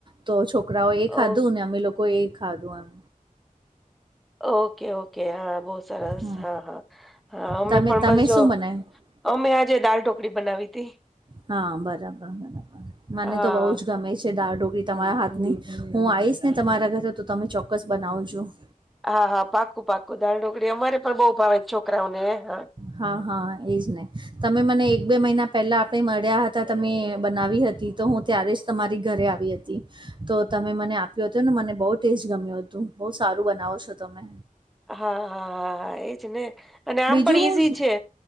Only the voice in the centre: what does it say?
ઓ
ઓકે, ઓકે. હા, બહુ સરસ.
હા, હા, હા. અમે
પણ
બસ જો
અમે આજે દાલ ઢોકળી બનાવી તી
હા.
હા
હા, હા. પાક્કું, પાક્કું. દાળ ઢોકળી અમારે પણ બઉુ ભાવે છે, છોકરાઓને. હા
હા, હા, હા, હા. એજ ને. અને
આમ પણ ઈઝી
છે.